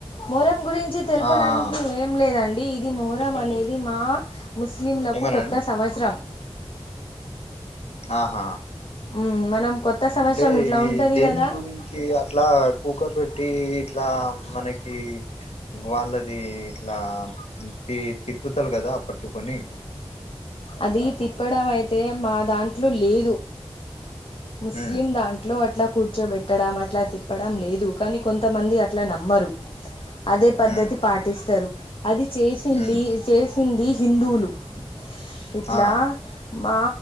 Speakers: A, on the left; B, on the left.
A: మొహరం గురించి తెలుపడానికి
B: ఆ ఆ
A: ఏం లేదండి ఇది మొహరం
B: చెప్పండి
A: అనేది మా ముస్లింలకు
B: ఏమన్నానండి
A: కొత్త సంవత్సరం
B: ఆహా
A: ఉమ్మ్ మనం కొత్త సంవత్సరం
B: అంటే
A: ఇట్లా
B: ఇది
A: ఉంటుంది
B: దేని
A: కదా
B: గురిం చి అట్లా కూక పెట్టి ఇట్లా మనకి వాళ్ళది ఇట్లా తి తిప్పుతాళు కదా పట్టుకొని
A: అది తిప్పడం అయితే మా దాంట్లో లేదు ముస్లిం
B: ఉమ్
A: దాం ట్లో అట్లా కూర్చోబెట్టడం అట్లా తిప్పడం లేదు కానీ కొంతమంది అట్లా నమ్మరు అదే పద్ధతి
B: ఉమ్
A: పాటిస్తారు అది చేసింలి
B: ఉమ్
A: చేసింది హిందువులు ఇట్లా
B: ఆ
A: మా